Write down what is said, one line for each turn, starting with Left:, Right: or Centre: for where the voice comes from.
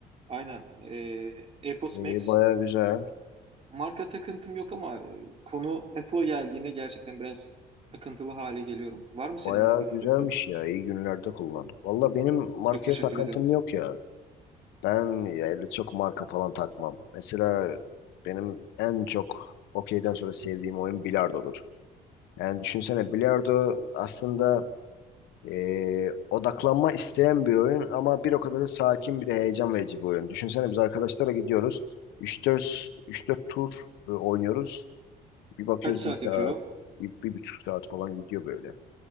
Right: aynen e, AirPods
Left: Ee,
Right: Max
Left: baya güzel.
Right: marka takıntım yok ama e, konu Apple'a geldiğinde gerçekten biraz takıntılı hale geliyorum. Var mı senin
Left: Baya
Right: marka takıntın?
Left: güzelmiş ya. İyi günlerde kullan. Valla benim markaya
Right: Çok teşekkür
Left: takıntım
Right: ederim.
Left: yok ya. Ben ya öyle çok marka falan takmam. Mesela benim en çok okeyden sonra sevdiğim oyun bilardodur. Yani düşünsene bilardo aslında Ee, odaklanma isteyen bir oyun ama bir o kadar da sakin bir de heyecan verici bir oyun. Düşünsene biz arkadaşlara gidiyoruz. üç dört üç dört tur e, oynuyoruz. Bir bakıyoruz
Right: Kaç saat
Left: bir
Right: yapıyor?
Left: saat, bir, bir buçuk saat falan gidiyor böyle.